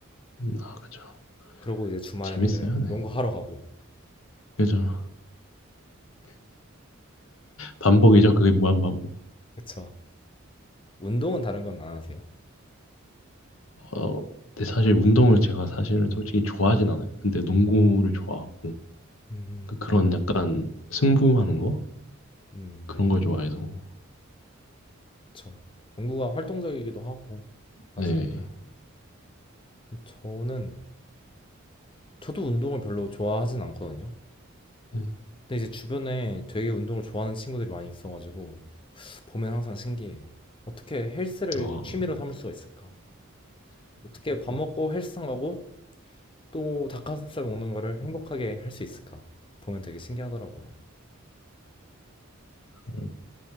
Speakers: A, on the left; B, on the left.
A: <laughs> 아, 그죠.
B: 그러고 이제 주말에는
A: 재밌어요.
B: 이제
A: 네.
B: 농구하러 가고.
A: 그죠. 반복이죠. 그게 무한 반복.
B: 그쵸. 운동은 다른 건 안 하세요?
A: 어, 근데 사실 운동을 제가 사실은 솔직히 좋아하진 않아요. 근데 농구를 좋아하고
B: 음,
A: 그- 그런 약간 승부하는 거
B: 음,
A: 그런 걸 좋아해서
B: 그쵸. 농구가 활동적이기도 하고, 사실.
A: 네.
B: 저는, 저도 운동을 별로 좋아하진 않거든요.
A: 네.
B: 근데 이제 주변에 되게 운동을 좋아하는 친구들이 많이 있어가지고, 보면 항상 신기해요. 어떻게 헬스를
A: 어,
B: 취미로 삼을 수가 있을까? 어떻게 밥 먹고 헬스장 가고, 또 닭가슴살 먹는 거를 행복하게 할 수 있을까? 보면 되게 신기하더라고요.
A: 네.